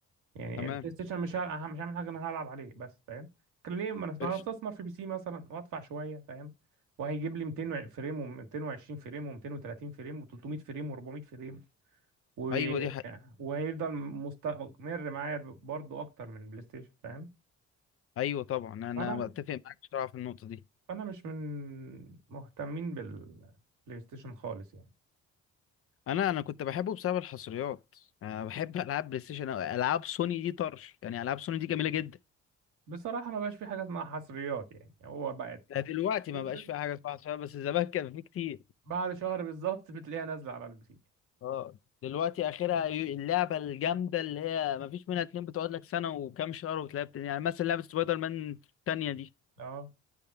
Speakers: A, on the right (about 85°); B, on the left (about 50°).
A: يعني
B: تمام
A: البلاي ستيشن مش هلع- مش هعمل حاجه انا هلعب عليه بس فاهم كان ليه ما انا
B: قشطة
A: ما أنا استثمر في بي سي مثلا وادفع شويه فاهم وهيجيب لي 200 فريم و220 فريم و230 فريم و300 فريم و400 فريم و...
B: ايوه دي حقيقة
A: وهيفضل مستمر معايا برضو اكتر من البلاي ستيشن فاهم
B: ايوه طبعا انا
A: فانا
B: بتفق معاك بصراحة في النقطة دي
A: فانا مش من مهتمين بالبلاي ستيشن خالص يعني
B: انا انا كنت بحبه بسبب الحصريات انا بحب العاب بلاي ستيشن أوي. العاب سوني دي طرش يعني العاب سوني دي جميلة جدا
A: بصراحه ما بقاش في حاجه اسمها حصريات يعني هو بقت
B: لا دلوقتي
A: بتنزل
B: ما بقاش فيها حاجة اسمها حصريات بس زمان كان في كتير
A: بعد شهر بالظبط بتلاقيها نازله على البي سي
B: اه دلوقتي اخرها ي- اللعبة الجامدة اللي هي ما فيش منها اتنين بتقعد لك سنة وكام شهر وتلاقيها بت- يعني مثلا لعبة سبايدر مان التانية دي
A: اه